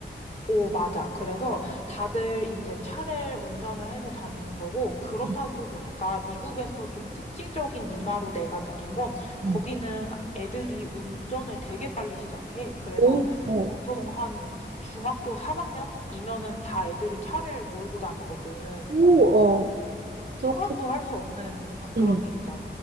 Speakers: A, on the left; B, on the right.
A: 오, 맞아. 그래서 다들 이제 차를 운전을 해서 다니는 거고, 그렇다고
B: 응.
A: 보니까 미국에서 좀 특징적인 문화로 내가 느낀 건,
B: 응.
A: 거기는 애들이 운전을 되게 빨리 시작해. 그래서
B: 오, 어,
A: 보통 한 중학교 3학년이면은 다 애들이 차를 몰고 다니거든.
B: 오, 어. 그렇고,
A: 상상도 할 수 없는 그런
B: 응.
A: 일이잖아.